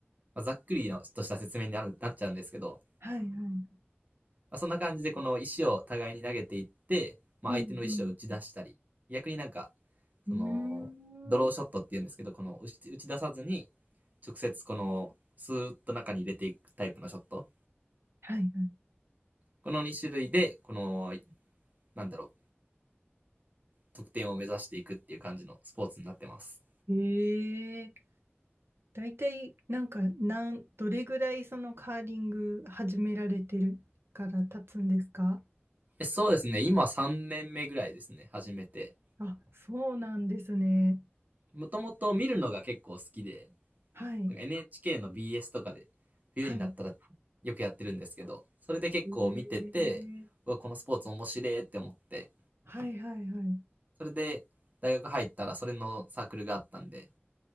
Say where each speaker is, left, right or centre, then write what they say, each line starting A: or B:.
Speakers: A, on the right (about 40°); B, on the right (about 65°).
A: まあざっくりのとした説明になるなっちゃうんですけど、
B: はい、はい。
A: まあ、そんな感じでこの石を互いに投げていって、まあ、
B: うん、
A: 相手の石を打ち出したり、
B: うん、
A: 逆になんか、
B: うん。
A: その、ドローショットって言うんですけど、
B: うーん
A: この打ち打ち出さずに、直接この、スーッと中に入れていくタイプのショット。
B: はい、は
A: この2種類で、この、なんだろう、得点を目指していくっていう感じのスポーツになってます。
B: い。へえ、大体なんか、なん、どれぐらいそのカーリング始められてるから経つんですか
A: そうですね、今3年目ぐらいですね、始めて。
B: あ、そうなんですね。
A: もともと見るのが結構好きで、
B: はい。
A: なんか NHK の BS とかで、冬になったら
B: はい。
A: よくやってるんですけど、それで結構見てて、
B: ええ
A: うわ、このスポーツ面白いって思って、
B: はいはいはい。
A: それで大学入ったらそれのサークルがあったんで、